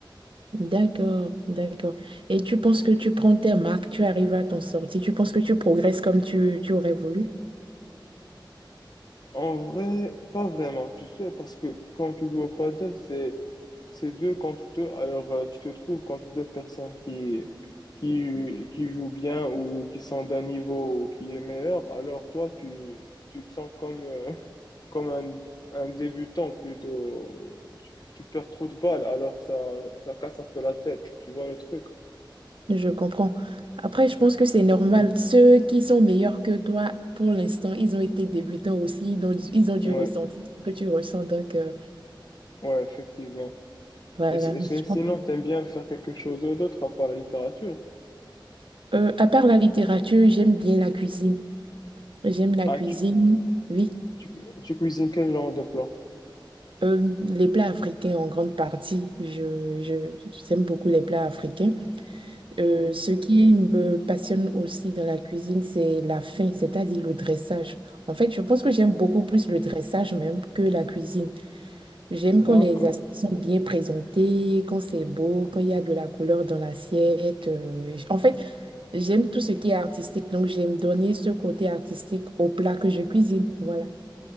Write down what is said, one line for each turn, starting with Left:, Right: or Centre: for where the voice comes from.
Right: d'accord, d'accord. Et tu penses que tu prends tes marques, tu arrives à t'en sortir, tu penses que tu progresses comme tu, tu aurais voulu?
Left: En vrai, pas vraiment, tu sais, parce que quand tu joues au paddle, c'est C'est deux contre deux, alors euh, tu te trouves contre deux personnes qui, qui, qui jouent bien ou qui sont d'un niveau ou qui est meilleur, alors toi, tu, tu te sens comme, euh, <laughs> comme un, un débutant plutôt. Tu, tu perds trop de balles, alors que ça, ça casse un peu la tête, tu vois le truc?
Right: Je comprends. Après, je pense que c'est normal. Ceux qui sont meilleurs que toi, pour l'instant, ils ont été débutants aussi, donc ils ont dû
Left: Ouais,
Right: ressentir ce que tu ressens. Donc, euh,
Left: ouais, effectivement.
Right: voilà.
Left: Et, c'est-
Right: Je
Left: c'est- sinon,
Right: pense-
Left: t'aimes bien faire quelque chose d'autre à part la littérature?
Right: Euh, à part la littérature, j'aime bien la cuisine. J'aime la
Left: Ah,
Right: cuisine,
Left: tu,
Right: oui.
Left: tu, tu cuisines quel genre de plat?
Right: Euh, les plats africains en grande partie. Je, je, j'aime beaucoup les plats africains. Euh,
Left: Ouais,
Right: ce qui me passionne aussi dans la cuisine, c'est la fin, c'est-à-dire le dressage. En fait, je pense que j'aime beaucoup plus le dressage même que la cuisine. J'aime
Left: d'accord.
Right: quand les assiettes sont bien présentées, quand c'est beau, quand il y a de la couleur dans l'assiette. Euh, j- en fait, j'aime tout ce qui est artistique. Donc, j'aime donner ce côté artistique au plat que je cuisine. Voilà.